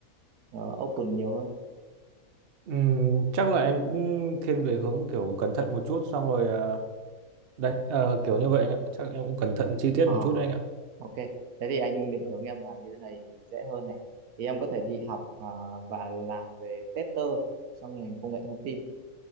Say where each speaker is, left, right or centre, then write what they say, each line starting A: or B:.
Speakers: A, on the right; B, on the right.
A: ờ, ờ, open nhiều hơn?
B: Ừm, chắc là em cũng thiên về hướng kiểu cẩn thận một chút xong rồi ờ, Đấy, ờ, kiểu như vậy anh ạ. Chắc em cũng cẩn thận chi tiết
A: Ờ,
B: một chút đấy anh ạ.
A: ok. Thế thì anh định hướng em vào như thế này thì dễ hơn này. Thì em có thể đi học ờ, và làm về tester trong ngành công nghệ thông tin